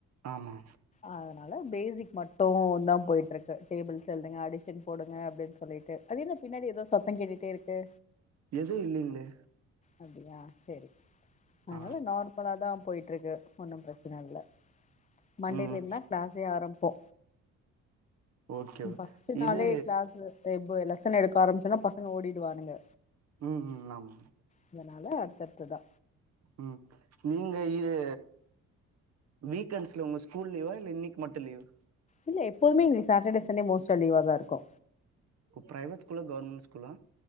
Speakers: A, on the right; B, on the left.
A: ஆமா
B: அதனால பேசிக் மட்டும் தா போயிட்டு இருக்கு டேபிள் டெபுல்ஸ் எழுதுங்க அடிஷன் போடுங்க அப்டின்னு சொல் லிட்டு அது என்ன பின்னாடி ஏதோ சத்தம் கேட்டுட்டே இருக்கு
A: எதுவு இல்லைங்களே
B: அப்டியா சேரி அதனால
A: ஆ
B: நார்மலா தா போயிட்டுருக்கு ஒன்னும் பிரச்சன இல்ல மண்டேயால
A: ம்
B: இருந்துதா க்ளாசே ஆரம்பப்போ
A: ஓகே
B: ஃப்ஸ்ட் நாளே
A: இது
B: க்ளாஸ் லெசன் எடுக்க ஆரம்பிச்சுன்னா பசங்க ஓடிடுவானுங்க
A: ம் ம் ஆமா ஆமா
B: அதனால அடுத்தடுத்து தா
A: ம் நீங்க இது வீக்கேண்ட்ஸ்ல உங்க ஸ்கூல் லீவு இன்னை மட்டும் லீவு
B: இல்ல எப்போமே இங்க சாட்டேடே சண்டே மோஸ்டா லீவாக தா இருக்கு
A: பிரைவேட் ஸ்கூலா கவர்மெண்ட் ஸ்கூலா